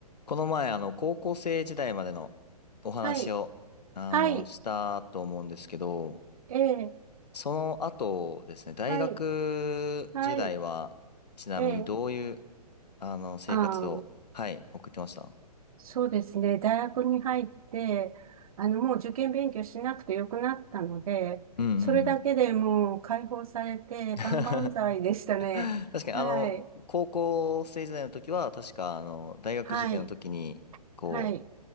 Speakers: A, on the left; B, on the right.
A: この前、あの、高校生時代までのお話を、
B: はい、
A: あの、
B: はい、
A: したと思うんですけど、
B: ええ、
A: その後ですね、大学時代は、
B: はい、はい、
A: ちなみにどういう、
B: ええ、
A: あの、生活を、
B: ああ、
A: はい、送ってました
B: そうですね。大学に入って、あの、もう受験勉強しなくてよくなったので、
A: うんうんうん。
B: それだけでもう解放されて、
A: <laughs> 確
B: 万々歳でしたね。
A: かに、
B: はい、
A: あの、高校生時代の時は、確か、あの、大学受験の時に、
B: はい、
A: こ
B: はい。